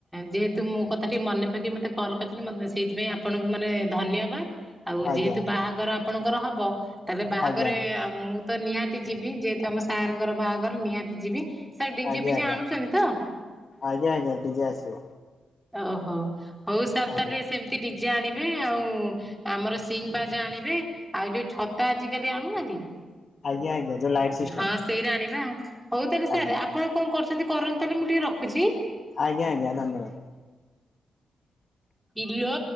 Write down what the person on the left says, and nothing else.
ଆଜ୍ଞା।
ଆଜ୍ଞା ଆଜ୍ଞା
ଆଜ୍ଞା
ଆଜ୍ଞା ଆଜ୍ଞା ଡିଜେ ଆସିବ
ଆଜ୍ଞା
ଆଜ୍ଞା ଆଜ୍ଞା ଯୋଉ ଲାଇଟ୍ ସିଷ୍ଟମ
ଆଜ୍ଞା
ଆଜ୍ଞା ଆଜ୍ଞା ଧନ୍ୟବାଦ।